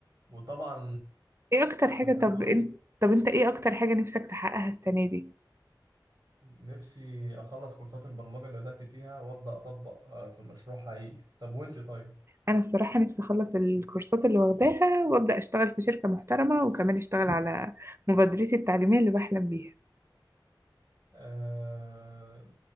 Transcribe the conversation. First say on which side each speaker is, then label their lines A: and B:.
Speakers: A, on the right; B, on the right.
A: وطبعا
B: إيه أكتر حاجة
A: كنت عايز
B: طب
A: اقول
B: إنت
A: لك
B: طب أنت إيه أكتر حاجة نفسك تحققها السنة دي؟
A: نفسي اخلص كورسات البرمجه اللي بدات فيها وابدا اطبق آه، في مشروع حقيقي طب وانت طيب
B: أنا الصراحة نفسي أخلص الكورسات اللي واخداها وأبدأ أشتغل في شركة محترمة وكمان أشتغل على مبادرتي التعليمية اللي بحلم بيها
A: آه،